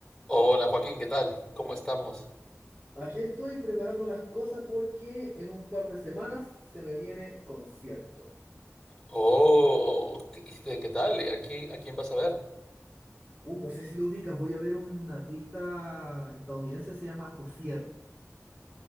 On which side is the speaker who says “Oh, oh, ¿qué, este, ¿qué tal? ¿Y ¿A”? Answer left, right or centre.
Centre